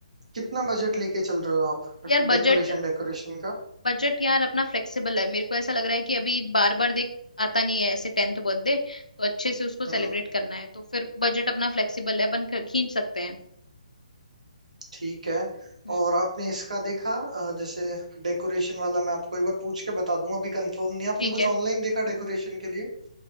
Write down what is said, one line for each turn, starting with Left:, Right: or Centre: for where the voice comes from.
Right: कितना बजट लेके चल रहे हो आप
Left: यार बजट
Right: डेकोरेशन डेकोरेशन का
Left: बजट यार अपना फ्लेक्सिबल है मेरे को ऐसा लग रहा है कि अभी बार बार देख आता नहीं है ऐसे टेंथ बर्थडे तो अच्छे से उसको सेलिब्रेट
Right: हम्म
Left: करना है तो फिर बजट अपना फ्लेक्सिबल है अपन ख- खींच सकते हैं
Right: ठीक है
Left: हम्म
Right: और आपने इसका देखा अ, जैसे डेकोरेशन वाला मैं आपको एक बार पूछ के बता दूंगा अभी कंफर्म नहीं है आपने
Left: ठीक
Right: कुछ
Left: है
Right: ऑनलाइन देखा डेकोरेशन के लिए